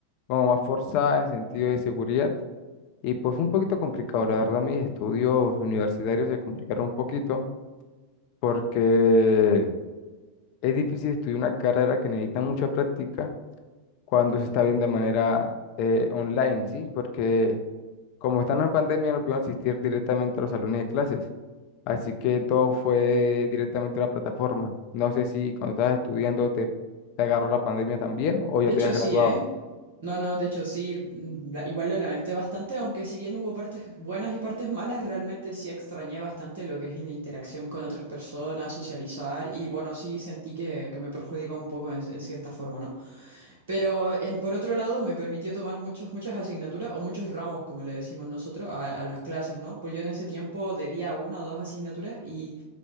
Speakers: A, on the left (about 45°); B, on the right (about 60°).
A: como más forzada en sentido de seguridad. Y pues fue un poquito complicado, la verdad mis estudios universitarios se complicaron un poquito porque es difícil estudiar una carrera que necesita mucha práctica cuando se está viendo de manera eh, online, ¿sí? Porque como estamos en pandemia no pudimos asistir directamente a los salones de clases, así que todo fue directamente a una plataforma. No sé si cuando estabas estudiando te, te agarró la pandemia también o ya
B: De
A: te
B: hecho,
A: has
B: sí,
A: graduado.
B: ¿eh? No, no, de hecho sí, mm, la- igual lo lamenté bastante, aunque si bien hubo partes buenas y partes malas, realmente sí extrañé bastante lo que es la interacción con otras personas, socializar y bueno, sí sentí que, que me perjudica un poco en, en cierta forma, ¿no? Pero en, por otro lado me permitió tomar muchos, muchas asignaturas o muchos ramos, como le decimos nosotros, a, a las clases, ¿no? Pues yo en ese tiempo debía una o dos asignaturas y